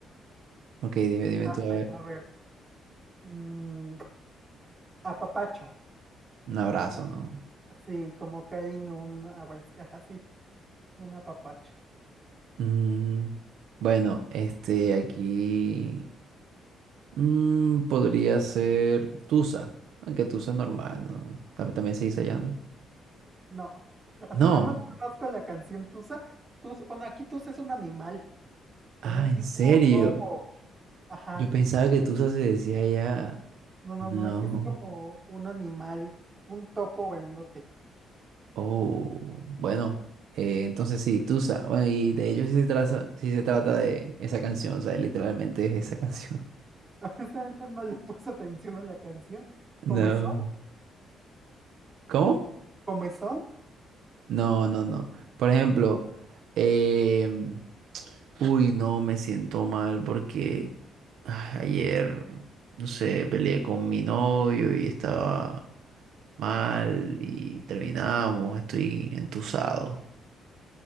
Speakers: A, on the right (about 75°); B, on the right (about 25°).
A: Ok, dime, dime
B: A
A: tú,
B: ver,
A: a ver.
B: a ver, mm, apapacho,
A: Un abrazo, ¿no?
B: sí, como cariño, un abrazo, ajá, sí, un apapacho.
A: Mm, bueno, este aquí mm, podría ser Tusa, aunque Tusa es normal, ¿no? Tam- También se dice allá, ¿no?
B: No. <laughs> O
A: No.
B: sea, nada más conozco la canción Tusa. Tusa, bueno, aquí Tusa es un animal, como
A: Ah,
B: un
A: ¿en
B: tipo
A: serio?
B: topo. Ajá.
A: Yo pensaba que Tusa se decía allá.
B: No, no,
A: No.
B: no, aquí es como un animal, un topo grandote.
A: Oh, bueno. eh, entonces sí, Tusa. Bueno, y de ello sí se trata, sí se trata de esa canción, o sea, literalmente es esa canción. <laughs>
B: <laughs> Honestamente no le puse atención a la canción. Comezón,
A: No. ¿Cómo?
B: comezón,
A: No, no, no. Por ejemplo, em, Uy, no, me siento mal porque ah, ayer, no sé, peleé con mi novio y estaba mal y terminamos, estoy entusado.